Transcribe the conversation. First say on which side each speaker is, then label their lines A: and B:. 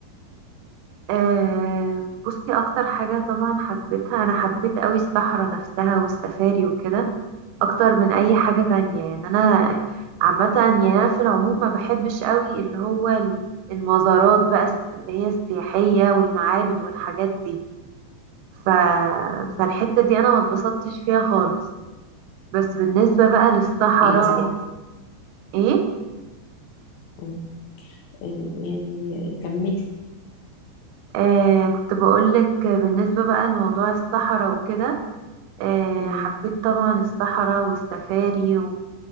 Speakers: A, on the right; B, on the left.
A: آه بصي أكتر حاجة طبعا حبيتها أنا حبيت قوي الصحراء نفسها والسفاري وكده أكتر من أي حاجة تانية يعني أنا عامة يعني أنا في العموم ما بحبش قوي اللي هو ال- المزارات بقى الس- اللي هي السياحية والمعابد والحاجات دي ف... فالحتة دي أنا ما اتبسطتش فيها خالص بس بالنسبة بقى للصحراء
B: ايه دي
A: و- ايه
B: مم. آه، يعني كملي
A: آه كنت بقولك بالنسبة بقى لموضوع الصحراء وكده آه
B: مم.
A: حبيت طبعا الصحراء والسفاري و...